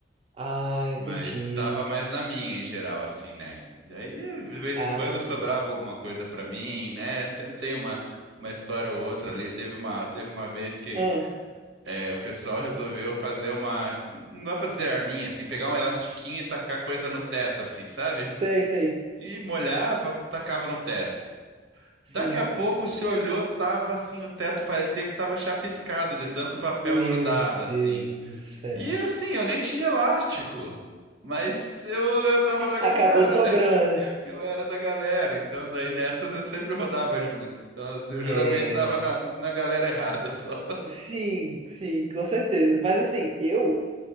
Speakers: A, on the right (about 30°); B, on the right (about 85°).
A: Ah, entendi.
B: Mas tava mais na minha em geral, assim, né? Daí, de vez
A: Ah,
B: em quando,
A: entendi.
B: sobrava alguma coisa pra mim, né? Sempre tem uma, uma história ou outra ali. Teve uma, teve uma vez que
A: Ah,
B: é, o pessoal resolveu fazer uma. Não dá pra dizer arminha, assim, pegar um elastiquinho e tacar coisa no teto, assim, sabe?
A: sei, sei.
B: E molhava, tacava no teto.
A: Sim.
B: Daqui a pouco se olhou, tava assim, o teto parecia que tava chapiscado de tanto papel
A: Meu
B: grudado, assim.
A: Deus do céu.
B: E assim, eu nem tinha elástico, mas eu, eu tava da galera,
A: Acabou sobrando.
B: né? <laughs> Eu era da galera, então daí nessas eu sempre rodava junto. Então eu, eu
A: É,
B: geralmente tava
A: não.
B: na, na galera errada só.
A: Sim, sim, com certeza. Mas assim, eu,